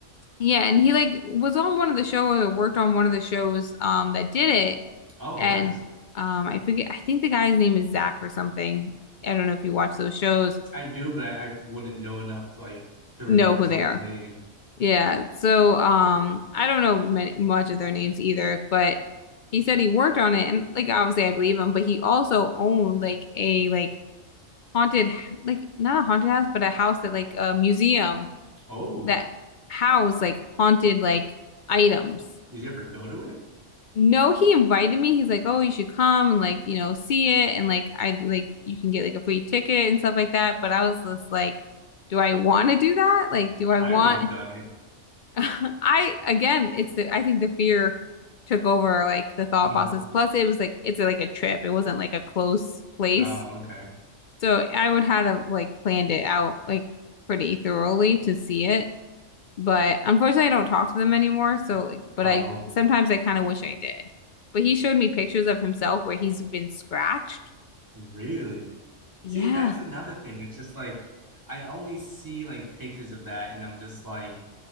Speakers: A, on the left; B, on the right.
A: Yeah, and he like was on one of the shows or worked on one of the shows um that did it
B: Oh,
A: And
B: nice.
A: um, I forget, I think the guy's name is Zach or something. I don't know if you watch those shows,
B: I do, but I, I wouldn't know enough to like to
A: know
B: remember
A: who
B: someone's
A: they are.
B: name.
A: Yeah. So um, I don't know many, much of their names either, but he said he worked on it, and like obviously I believe him, but he also owned like a like haunted, h- like not a haunted house, but a house that like a museum
B: Oh,
A: that housed like haunted like items.
B: did you ever go to it?
A: No, he invited me. He's like, "Oh, you should come and like, you know, see it and like I like you can get like a free ticket and stuff like that." But I was just like, "Do I want to do that? Like, do
B: I
A: I want
B: would have done it.
A: <laughs> I again, it's the I think the fear took over like the thought
B: Mm-hmm.
A: process. Plus it was like it's like a trip. It wasn't like a close place.
B: Oh, okay.
A: So I would have like planned it out like pretty thoroughly to see it. But unfortunately, I don't talk to them anymore. So, like, but
B: Oh,
A: I sometimes I kind of wish I did. But he showed me pictures of himself where he's been scratched.
B: really?
A: Yeah,
B: See, that's another thing. It's just like I only see like pictures of that, and I'm just like,